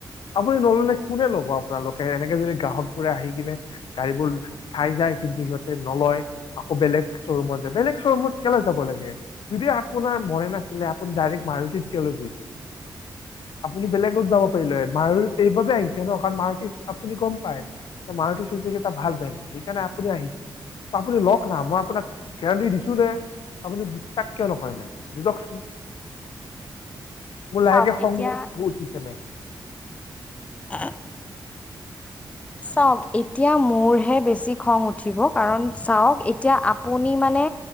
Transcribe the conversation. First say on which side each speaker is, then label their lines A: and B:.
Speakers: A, on the left (about 75°); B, on the left (about 15°).
A: আপুনি নললে কোনে ল'ব আপোনালোকে এনেকে যদি গ্ৰাহকবোৰে আহি কিনে গাড়ীবোৰ চাই যায়। কিন্তু সিহঁতে নলয় আকৌ বেলেগ শ্ব'ৰুমত যায় বেলেগ শ্ব'ৰুমত কেলৈ যাব লাগে? যদি আপোনাৰ মনে নাছিলে আপুনি ডাইৰেক্ট মাৰুতিত কিয় লৈ গৈছিলে? আপুনি বেলেগত যাব পাৰিলে মাৰুত এইবাবে আহিছে ন কাৰণ মাৰুতি আপুনি গম পায়। মাৰুতি চুজুকি এটা ভাল ব্ৰেন্ড সেইকাৰণে আপুনি আহিছে। আপুনি লওক না মই আপোনাক গেৰান্টি দিছো যে আপুনি বিশ্বাস কিয় নকৰে মেম বুজকচোন? মোৰ লাহেকে
B: চাউক
A: খং
B: এতিয়া
A: উঠিছে মেম।
B: আ
A: <inaudible>
B: চাওক এতিয়া মোৰহে বেছি খং উঠিব কাৰণ চাওক এতিয়া আপুনি মানে